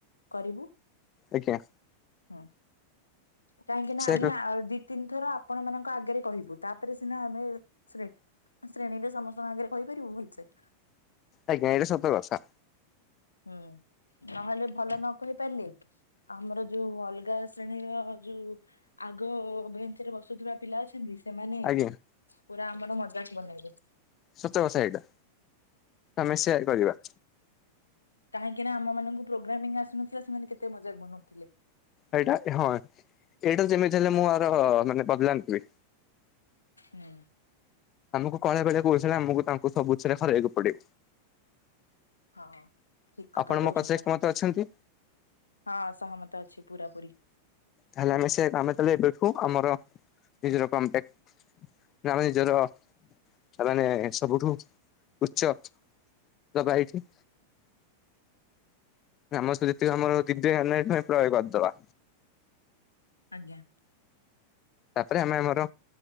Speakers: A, on the left; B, on the left.
A: କରିବୁ।
B: ଆଜ୍ଞା।
A: ହୁଁ, କାହିଁକି ନା
B: ସେ
A: ଆମେ ଆଉ ଦି ତିନିଥର ଆ ଆପଣ ମାନଙ୍କ ଆଗରେ କହିବୁ ତାପରେ ସିନା ଆମେ ଶ୍ରେ ଶ୍ରେଣୀରେ ସମସ୍ତଙ୍କ ଆଗରେ କହିପାରିବୁ ଭୁଲଛେ।
B: ଆଜ୍ଞା ଏଇଟା ସତ କଥା।
A: ହୁଁ, ନହେଲେ ଭଲ ନ କହି ପାରିଲି ଆମର ଯୋଉ ଅଲଗା ଶ୍ରେଣୀର ଯୋଉ ଆଗ ଭେଞ୍ଚରେ ବ ସୁଧୁରା ପିଲା ଅଛନ୍ତି ସେମାନେ
B: ଆଜ୍ଞା
A: ପୁରା ଆମର ମଜାକ୍ ବନେଇବେ।
B: ସତ କଥା ଏଇଟା ଆମେ ସେୟା ହିଁ କରିବା।
A: କାହିଁକି ନା ଆମ ମାନଙ୍କୁ ପ୍ରୋଗ୍ରାମିଂ ଆସୁନଥିଲା ସେମାନେ କେତେ ମଜାକ୍ ବନଉଥିଲେ।
B: ଏଇଟା ହଁ ଏଇଟା ଯେମିତି ହେଲେ ମୁଁ ଆର୍ ମାନେ ବଦଲାନ୍ ହୁଏ।
A: ହୁଁ।
B: ଆମକୁ କଅଳିଆ <unintelligible> କହୁଚନ୍ତି ଆମକୁ ତାଙ୍କୁ ସବୁଥିରେ ହରେଇବାକୁ ପଡେ।
A: ହଁ ହଁ ଠିକ୍ କଥା
B: ଆପଣ
A: କହୁଛନ୍ତି
B: ମୋ କଥାରେ ଏକମତ
A: ଆପଣ
B: ଅଛନ୍ତି
A: ହଁ ସହମତ ଅଛି ପୁରା ପୁରି।
B: ତାହାଲେ ଆମେ ସେ କାମ ତାହେଲେ ଏବେଠୁ ଆମର ନିଜର କମ୍ପେଟ୍ ନା ଆମ ନିଜର ସେମାନେ ସବୁଠୁ ଉଚ୍ଚ ଦବା ଏଇଠି। ଆମ ସହ ଯେତିକି ସମୟ ଦିିବିଦିଆନ ଏଠାଇଁ ପ୍ରୟୋଗ କରିଦବା।
A: ଆଜ୍ଞା।
B: ତାପରେ ଆମେ ଆମର